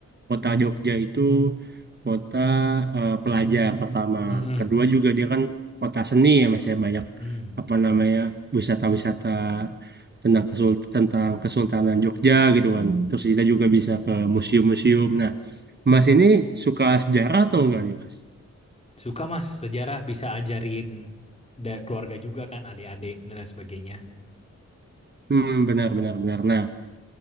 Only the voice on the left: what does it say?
Mm-mm.
Hmm,
suka mas, sejarah bisa ajarin dari keluarga juga kan, adik-adik dan lain sebagainya.